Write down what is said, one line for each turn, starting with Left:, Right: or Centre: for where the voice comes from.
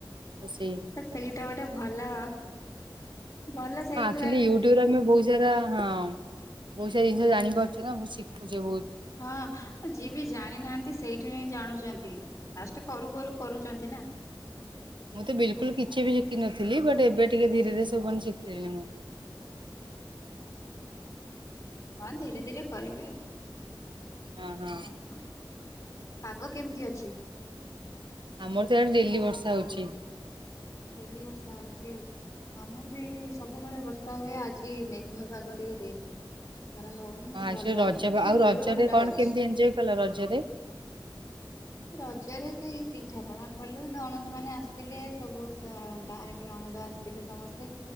Right: ରୋଷେଇ।
Left: ବଟ୍ ସେଇଟା ଗୋଟେ ଭଲ। ଭଲ ସେଇଥୁ
Right: ଆକଚୁଆଲି ୟୁଟ୍ୟୁବରେ ଆମେ ବହୁତ ସାରା ହଁ ବହୁତ ସାରା ଜିନିଷ ଜାଣିପାରୁଚେ ନା ବହୁତ୍ ଶିଖୁଚେ ବହୁତ୍।
Left: ହଁ। ଯିଏ ବି ଜାଣିନାହାନ୍ତି ସେଇଠୁ ହିଁ ଜାଣୁଚନ୍ତି। ଫାଷ୍ଟ କରୁ କରୁ କରୁଛନ୍ତି ନା।
Right: ମୁଁ ତ ବିଲକୁଲ କିଛି ବି ଶିଖିନଥିଲି ବଟ୍ ଏବେ ଟିକେ ଧୀରେ ଧୀରେ ସବୁ ପୁଣି ଶିଖିଲିଣି ମୁଁ।
Left: ଉଁ ହୁଁ। ହଁ ଧୀରେ ଧୀରେ କରିବେ ଆଉ।
Right: ହଁ ହଁ
Left: ଆଉ କଣ? ପାଗ କେମିତି ଅଛି?
Right: ଆମର ତ ଇଆଡେ ଡେଲି ବର୍ଷା ହଉଚି।
Left: ଡେଲି ବର୍ଷା ହଉଚି? ଆମର ବି ସବୁବେଳେ ବର୍ଷା ହୁଏ। ଆଜି ମେଘୁଆ ପାଗ ଟିକେ ଦେଇଚି। ଖରା ହଉନି କିନ୍ତୁ
Right: ହଁ
Left: ଭଲ
Right: ଆକ୍ଚୁଆଲି
Left: ଆଉ
Right: ରଜ
Left: ଟିକେ ଗୁଳୁଗୁଳିଟା
Right: ରଜରେ କଣ
Left: ହଉଚି।
Right: କେମିତି ଏଞ୍ଜୟ କଲ ରଜରେ
Left: ରଜରେ ସେଇ ପିଠାପଣା କଲୁ। ନଣନ୍ଦ ମାନେ ଆସିଥିଲେ। ସବୁ ସା ଗାଁରେ ବି ନଣନ୍ଦ ଆସି ଥିଲେ ସମସ୍ତେ।